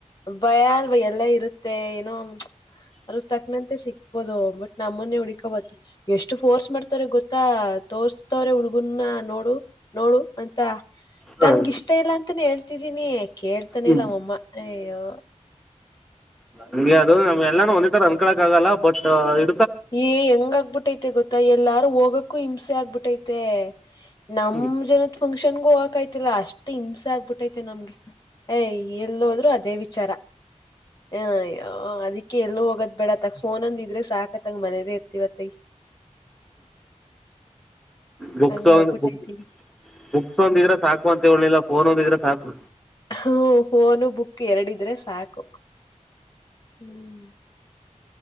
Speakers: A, on the left; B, in the centre.
A: ಭಯಲ್ವ ಎಲ್ಲ ಇರುತ್ತೆ ಏನೋ ಅ್ರದ ತಕ್ಕನಂತೆ ಸಿಕ್ಬೋದು ಬಟ್ ನಮ್ಮೊನ್ನೆ ಹುಡಕೊಬತ್ತ ಎಷ್ಟು ಫೋರ್ಸ್ ಮಾಡ್ತಾರ ಗೊತ್ತಾ ತೋರ್ಸ್ತವ್ರೆ ಹುಡ್ಗುನ ನೋಡು ನೋಡು ಅಂತ
B: ಹಾಂ
A: ನನ್ಗ ಇಷ್ಟ ಇಲ್ಲ ಅಂತಾನೇ ಹೇಳ್ತಿದೀನಿ ಕೇಳ್ತಾನೆ
B: ಹ್ಞೂ
A: ಇಲ್ಲ ಅವಮ್ಮ ಅಯ್ಯೋ
B: ಹಂಗೆ ಅದು ನಮ್ ಎಲ್ಲಾನು ಹೊಂದಿತಾರ ಅಂದ್ಕಳಕ್ ಆಗಲ್ಲ ಬಟ್ ಇ
A: ಏ ಹೆಂಗ ಆಗ್ಬಿಟ್ಟೈತೆ ಗೊತ್ತಾ ಎಲ್ಲಾರು ಹೋಗಕ್ಕು ಹಿಂಸೆ ಆಗ್ಬಿಟ್ಟೈತೆ ನಮ್
B: ಹ್ಞೂ
A: ಜನತ್ ಶಿಕ್ಷನ್ಗ ಹಕೈತಿಲ್ಲ ಅಷ್ಟು ಹಿಂಸೆ ಆಗ್ಬಿಟ್ಟೈತೆ ನಮ್ಗೆ ಏ ಎಲ್ಲಿ ಹೋದ್ರು ಅದೇ ವಿಚಾರ ಹ ಅದಕ್ಕೆ ಎಲ್ಲೋ ಹೋಗದ್ ಬೇಡ ತಕ್ಕ ಫೋನ್ ಅಂದ ಇದ್ರೆ ಸಾಕತ್ತ ತಂಗ ಮನೆದೇ ಇರ್ತಿವತ್ತೈ
B: ಬುಕ್
A: ಹಂಗ
B: ಚ
A: ಆಗ್ಬಿಟ್ಟೈತಿ
B: ಬು ಬುಕ್ಸ್ ಒಂದಿದ್ರೆ ಸಾಕು ಅಂತ ಹೇಳಲಿಲ್ಲ ಫೋನ್ ಒಂದಿದ್ರೆ ಸಾಕು
A: ಹ್ಮ ಫೋನು ಬುಕ್ ಎರಡಿದ್ರೆ ಸಾಕು ಹ್ಮ್